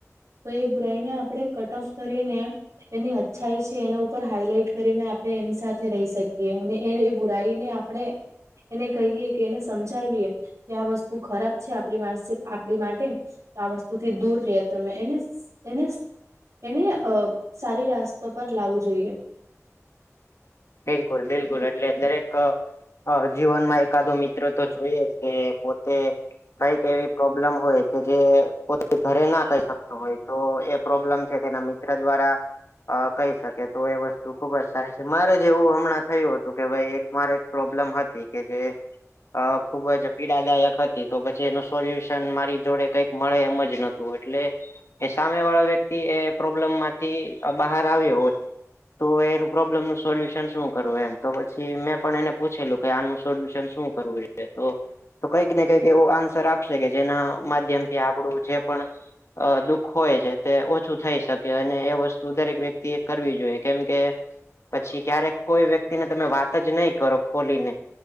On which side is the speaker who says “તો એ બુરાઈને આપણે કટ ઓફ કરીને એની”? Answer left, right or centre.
Right